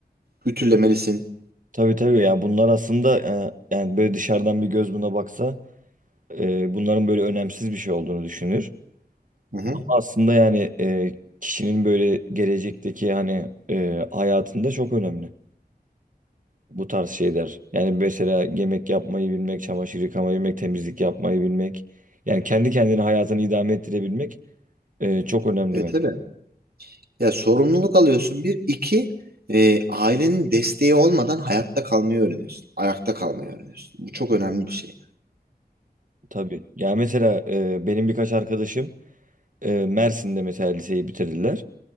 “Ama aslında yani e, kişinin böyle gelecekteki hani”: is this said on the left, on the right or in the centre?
Right